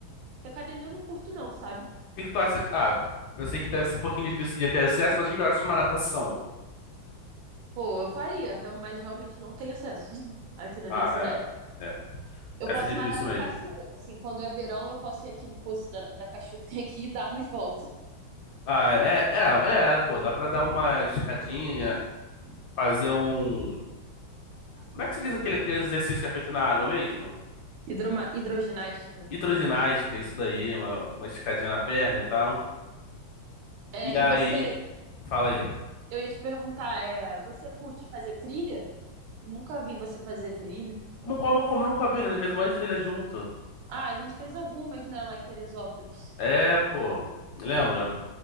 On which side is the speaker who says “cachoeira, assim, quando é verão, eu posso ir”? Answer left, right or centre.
Right